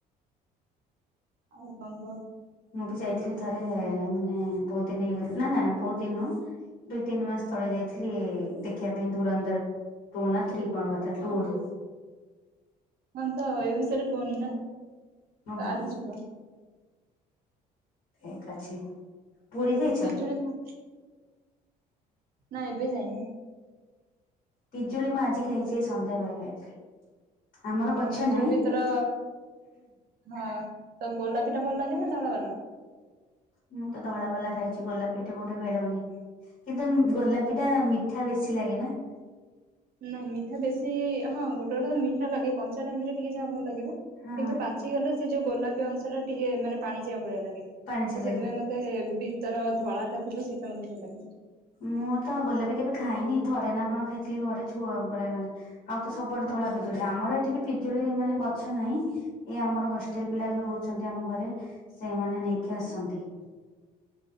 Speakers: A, on the right; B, on the left.
A: ଆଉ କଣ କୁହ?
B: ମୁଁ ବି ଯାଇଥିଲି ଥରେ ମାନେ ବହୁତ ଦିନ ହେଇଗଲି ନା ନା ନା ବହୁତ ଦିନ ନୁହଁ। ଦୁଇ ତିନି ମାସ ତଳେ ଯାଇଥିଲି ଦେଖିବା ପାଇଁ ଢୁରନ୍ଦର। ଟୁ ନା ଥ୍ରୀ କଣ ମାରିଥିଲା ଟୁନ୍।
A: ହଁ ତ ଏ ବିଷୟରେ କୁହନି ନା ତ
B: ଓହୋ
A: ଆଉ କିଛି କୁହ।
B: ଠିକ୍ ଅଛି। ପୁରୀ ଯାଇଛ?
A: ପିଜୁଳି ଖା ନା ଏବେ ଯାଇନି।
B: ପିଜୁଳି ମୁଁ ଆଜି ଖାଇଛି ସନ୍ଧ୍ୟାବେଳେ ଖାଇଥିଲି। ଆମର
A: ହଁ
B: ଗଛ
A: ବିଜୁଳି
B: ନାହିଁ
A: ଭିତର ହଁ ତ ଗୋଲାପି ଟା ଭଲ ଲାଗେ ନା ଧଳା ବାଲା?
B: ମୁଁ ତ ଧଳା ବାଲା ଖାଇଛି ଗୋଲାପି ଏଠି କୋଉଠି ମିଳୁନି। କିନ୍ତୁ ଗୋଲାପିଟା
A: ହଁ
B: ମିଠା ବେଶୀ। ଲାଗେ ନା
A: ନାଇଁ ମିଠା ବେଶୀ ହଁ ଗୋଟେ ଗୋଟେ ତ ମିଠା ଲାଗେ, କଞ୍ଚା ଟାଇମରେ ଟିକେ ଯାହା ଭଲ ଲାଗିବ
B: ହଁ
A: କିନ୍ତୁ
B: ହଁ
A: ପା ଚି ଗଲେ ସେ ଯୋଉ ଗୋଲାପି ଅଂଶଟା ଟିକେ ମାନେ ପାଣିଚିଆ ଭଳିଆ ଲାଗେ ତ
B: ପାଣିଚିଆ
A: ସେଥିପାଇଁ
B: ଲାଗେ
A: ମ ତେ ଭିତର ଧଳାଟା ଥିବ ସେଇଟା ମୋତେ ଭଲ ଲାଗେ।
B: ମୁଁ ତ ଗୋଲାପି କେବେ ଖାଇନି, ଥରେ ନା କଣ ଖାଇଥିଲି ଘରେ ଛୁଆବେଳେ ମାନେ ଆଉ ତ ସବୁଆଡେ ଧଳା ପିଜୁଳି। ଆମର ଏଠି ବି ପିଜୁଳି ମାନେ ଗଛ ନାହିଁ। ଏଇ ଆମର ହଷ୍ଟେଲ ପିଲା ଯୋଉ ରହୁଛନ୍ତି ଆମ ଘରେ ସେମାନେ ନେଇକି ଆସନ୍ତି।